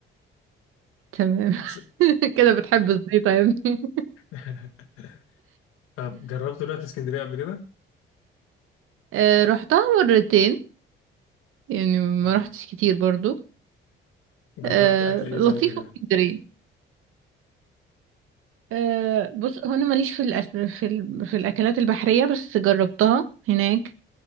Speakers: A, on the right (about 85°); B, on the left (about 85°).
A: تمام
B: أصل-
A: <laughs> كده بتحب الزيطه يا ابني
B: <laughs> طب جربت رحت اسكندرية قبل كده؟
A: <laughs> آه، رحتها مرتين يعني ما
B: لا
A: رحتش كتير برضو
B: جربت
A: آه،
B: أكل إيه
A: لطيفه
B: طيب هنا؟
A: اسكندريه أه بص هو انا ماليش في الأس... في ال... في الاكلات البحريه بس جربتها هناك